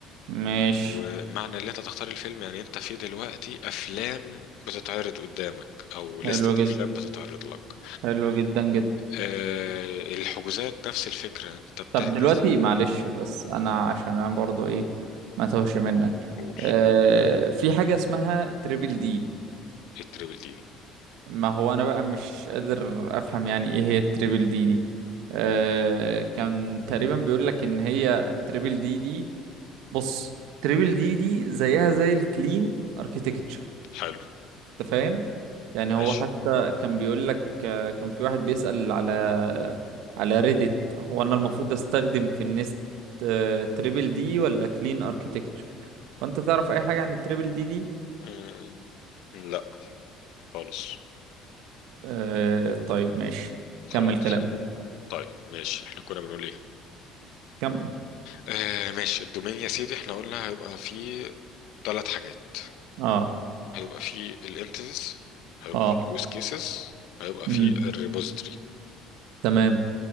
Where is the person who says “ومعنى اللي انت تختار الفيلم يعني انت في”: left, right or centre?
Left